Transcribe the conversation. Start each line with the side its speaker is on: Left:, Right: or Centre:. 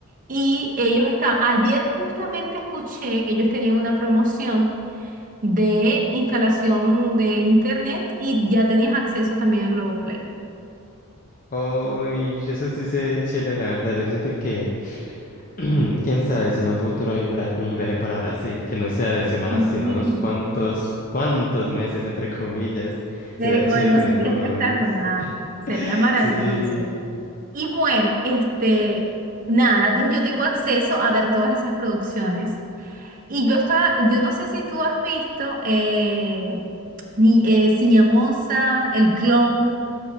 Right: y ellos están, ayer justamente escuché que ellos tenían una promoción de instalación de internet y ya tenías acceso también a Globoplay.
Left: Ay, eso sí se ve chévere, la verdad. Yo siento que, <clears throat> quién sabe, si en un futuro hay un, bra- un viaje para Brasil, que no sea de semanas,
Right: Sí,
Left: sino
Right: sí.
Left: unos cuantos, cuantos meses, entre comillas.
Right: Pero,
Left: Sería chévere
Right: Bueno,
Left: tener
Right: sería
Left: por
Right: espectacular,
Left: lo menos.
Right: sería
Left: <laughs>
Right: maravilloso.
Left: Sí.
Right: Y bueno, este, nada, entonces yo tengo acceso a ver todas esas producciones. Y yo estaba, yo no sé si tú has visto eh, ni, eh, Ciñamosa, El Clon.